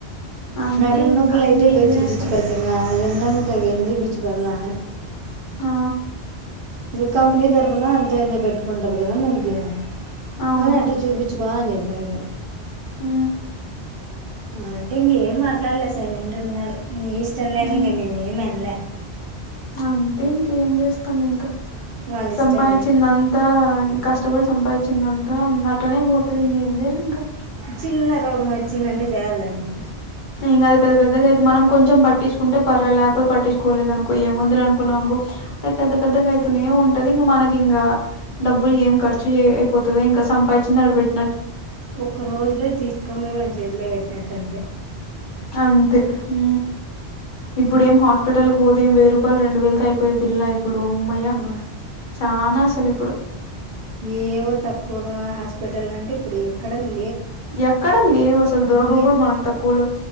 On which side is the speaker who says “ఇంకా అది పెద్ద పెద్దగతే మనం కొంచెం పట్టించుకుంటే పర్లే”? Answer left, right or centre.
Left